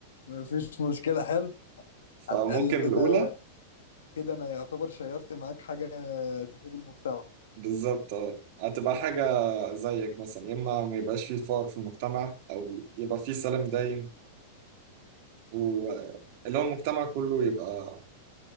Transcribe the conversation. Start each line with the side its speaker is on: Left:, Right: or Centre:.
Left: ما فيش مشكله حلو
Right: فممكن
Left: على الأقل كده
Right: الأولى
Left: كده أنا يعتبر شيرت معاك حاجة تفيد المجتمع
Right: بالظبط اه هتبقى حاجة زيك مثلا يا إما ما يبقاش فيه فقر في المجتمع أو يبقى فيه سلام دايم واللي هو المجتمع كله يبقى